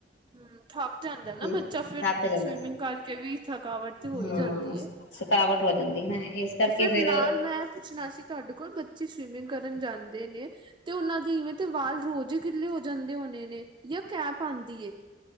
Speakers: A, on the right; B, on the left.
A: ਹਮ <unintelligible> ਜਾਂਦਾ ਨਾ
B: ਤੇ
A: ਬੱਚਾ ਫੇਿਰ
B: ਥੱਕ ਜਾਂਦਾ
A: ਸਵੀਮਿੰਗ ਕਰਕੇ ਵੀ ਥਕਾਵਟ ਤੇ ਹੋਈ
B: ਹੂੰ
A: ਜਾਂਦੀ ਹੈ।
B: ਥਕਾਵਟ ਹੋ ਜਾਂਦੀ ਨਾ ਇਸ ਕਰਕੇ
A: ਫਿਰ
B: ਫੇਰ
A: ਨਾਲ ਮੈਂ ਪੁੱਛਣਾ ਸੀ ਤੁਹਾਡੇ ਕੋਲ ਸਵਿਮਿੰਗ ਕਰਨ ਜਾਂਦੇ ਨੇ ਤੇ ਉਹਨਾਂ ਦੀ ਇਵੇਂ ਤੇ ਵਾਲ ਰੋਜ਼ ਹੀ ਗਿੱਲੇ ਹੋ ਜਾਂਦੇ ਹੋਣੇ ਨੇ ਜਾਂ ਕੈਪ ਆਉਂਦੀ